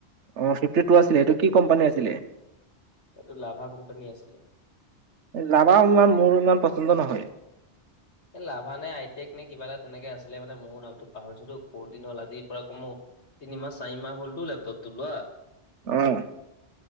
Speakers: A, on the right; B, on the left.
A: অ ফিফটি টু আছিলে এইটো কি কোম্পানী আছিলে।
B: এইটো লাভা কোম্পানী আছিলে।
A: লাভা ইমান মোৰ ইমান পচন্দ নহয়।
B: এ লাভা নে আইটেক নে কিবা এটা তেনেকে আছিলে মানে মোৰ নামটো পাহৰিছোতো বহুত দিন হ'ল আজি, তিনিমাহ চাৰিমাহ হ'লটো লেপটপটো লোৱা।
A: অহ',